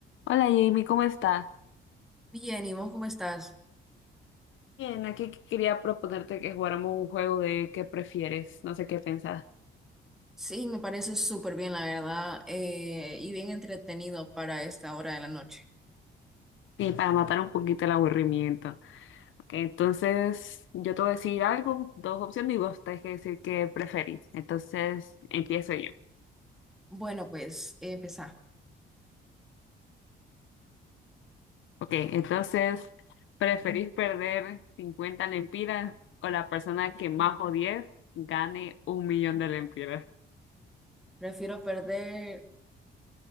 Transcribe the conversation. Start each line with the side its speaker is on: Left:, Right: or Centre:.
Left: Hola Jamie, ¿cómo estás?
Centre: Bien, ¿y vos cómo estás?
Left: Bien, aquí quería proponerte que jugáramos un juego de qué prefieres, no sé qué pensás,
Centre: Sí, me parece súper bien, la verdad, eh, y bien entretenido para esta hora de la noche.
Left: Sí, para matar un poquito el aburrimiento. Ok, entonces, yo te voy a decir algo, dos opciones y vos tenés que decir qué preferís. Entonces, empiezo yo.
Centre: Bueno, pues eh, empezá.
Left: Ok, entonces, ¿preferís perder 50 lempiras o la persona que más odies gane un millón de lempiras?
Centre: Prefiero perder